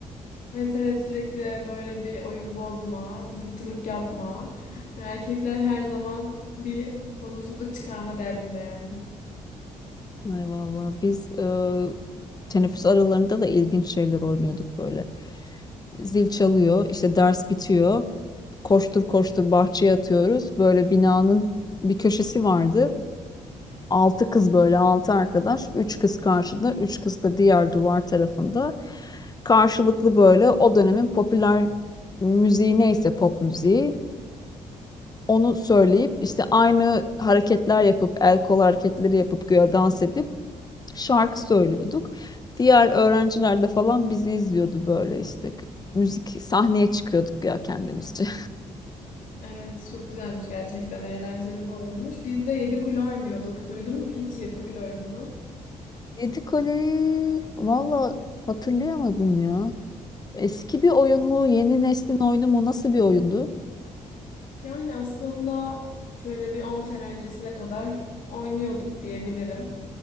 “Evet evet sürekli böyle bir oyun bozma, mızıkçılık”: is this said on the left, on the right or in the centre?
Left